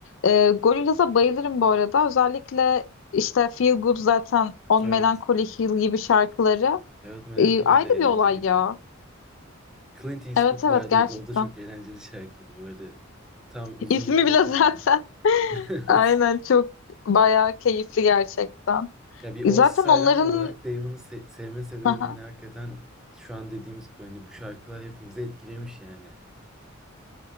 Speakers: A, on the left; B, in the centre.
A: E, Gorillaz'a bayılırım bu arada. Özellikle işte Feel Good zaten On
B: Evet.
A: Melancholy Hill gibi şarkıları.
B: Evet merak
A: E,
B: edildi
A: ayrı
B: de eğlenceliydi.
A: bir olay ya.
B: Clint Eastwood
A: Evet evet
B: vardı.
A: gerçekten.
B: O da çok eğlenceli şarkıydı. Böyle tam
A: <laughs>
B: uzun
A: İsmi
B: yolda
A: bile
B: falan
A: zaten.
B: aç.
A: <laughs>
B: <laughs> Evet.
A: Aynen çok bayağı keyifli gerçekten.
B: Ya bir Oasis
A: Zaten
B: hayranı
A: onların
B: olarak Damon'ı se- sevme sebebim
A: <laughs>
B: hani hakikaten şu an dediğimiz gibi hani bu şarkılar hepimizi etkilemiş yani.